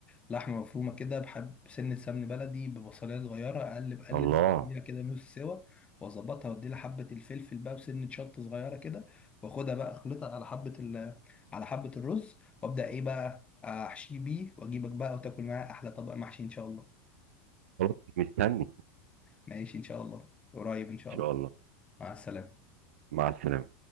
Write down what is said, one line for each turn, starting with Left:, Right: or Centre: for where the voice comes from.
Left: لحمة مفرومة كده بحب سنة سمن بلدي ببصلية صغيرة أقلب أقلب
Right: الله
Left: اديها كده نص سوا وأظبطها وأديلها حبة الفلفل بقى بسنة شطة صغيرة كده وأخدها بقى أخلطها على حبة ال على حبة الرز وأبدأ إيه بقى أحشيه بيه وأجيبك بقى وتاكل معاه أحلى طبق محشي إن شاء الله
Right: خلاص مستني
Left: ماشي إن شاء الله قريب إن شاء
Right: ان
Left: الله
Right: شاء الله
Left: مع السلامة
Right: مع السلامة